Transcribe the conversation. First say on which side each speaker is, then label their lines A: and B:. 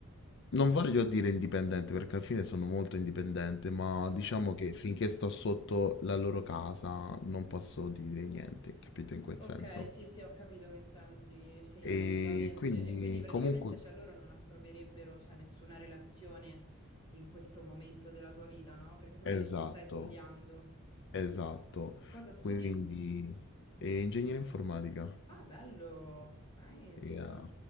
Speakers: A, on the left; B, on the left.
A: non voglio dire indipendente perché alla fine sono molto indipendente, ma
B: Mhm.
A: diciamo che finché sto sotto la loro casa non posso dire niente, capito in quel
B: Ok,
A: senso?
B: sì, sì, ho capito che intendi, sì, assolutamente.
A: E quindi
B: E quindi praticamente,
A: comunque
B: cioè, loro non approverebbero, cioè, nessuna relazione in questo momento della tua vita, no? Perché tu
A: Esatto,
B: mi hai detto stai studiando.
A: esatto.
B: Cosa studi?
A: Quindi, e ingegneria informatica?
B: Ah, bello. Nice.
A: Yeah,